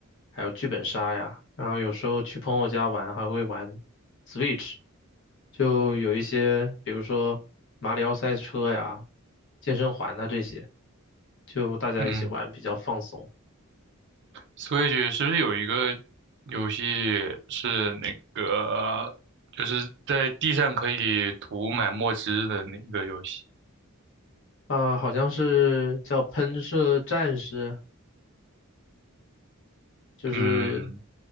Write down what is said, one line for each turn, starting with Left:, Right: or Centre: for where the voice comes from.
Left: 还有剧本杀呀。然后有时候去朋友家玩，还会玩 Switch，就有一些，比如说马里奥赛车呀、健身环呐、这些，就大家一起玩比较放松。
Right: 嗯。所以是不是有一个游戏是那个，就是在地上可以涂满墨汁的那个游戏？
Left: 啊、好像是叫喷射战士。就是
Right: 嗯